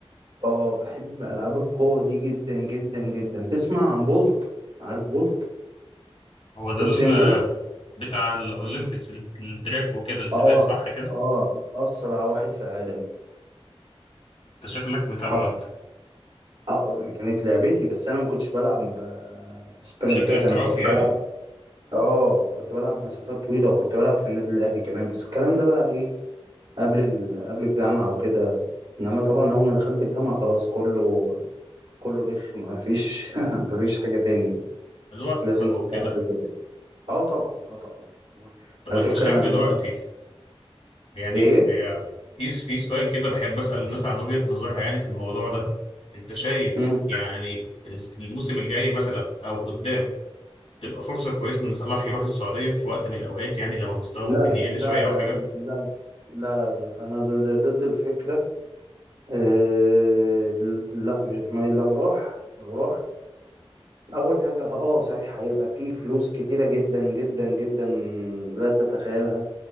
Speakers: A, on the right; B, on the left.
A: اه بحب العاب القوه دي جدا جدا جدا تسمع عن بولت عارف بولت
B: هو ده
A: يوسين
B: ال-
A: بولت
B: بتاع الأولمبيكس التراك وكده السباق
A: اه
B: صح كده؟
A: اه اسرع واحد في العالم
B: أنت شكلك متابعه
A: ح-
B: أنت
A: آه، كانت لعبتي بس انا ما كنتش بلعب آه، سبرنتات
B: بشكل احترافي
A: انا كنت بلعب
B: يعني
A: اه كنت بلعب مسافات طويله وكنت بلعب في النادي الاهلي كمان بس الكلام ده بقى ايه قبل ال... قبل الجامعه وكده انما طبعا اول ما دخلت الجامعه خلاص كله كله بخ ما فيش <laughs> ما فيش حاجه تانية
B: الوقت
A: لازم
B: بقى
A: كنت
B: وكده
A: أقعد اه طبعا اه طبعا طبعا
B: طب
A: على
B: أنت
A: فكره
B: شايف
A: انا
B: دلوقتي
A: لما
B: يعني
A: ايه
B: هي في في سؤال كده بحب أسأل الناس عن وجهة نظرها يعني في الموضوع ده أنت شايف
A: مم.
B: يعني الس- الموسم الجاي مثلا أو قدام تبقى فرصة كويسة إن صلاح يروح السعودية في وقت من الأوقات يعني لما مستواه ممكن
A: لا لا
B: يقل
A: لا
B: شوية
A: لا
B: أو حاجة
A: لا لا لا لا لا انا ضد ضد الفكره آه لا مش ما لو راح لو راح اول حاجه ه- اه صحيح هيبقى فيه فلوس كتيره جدا جدا جدا لا تتخيلها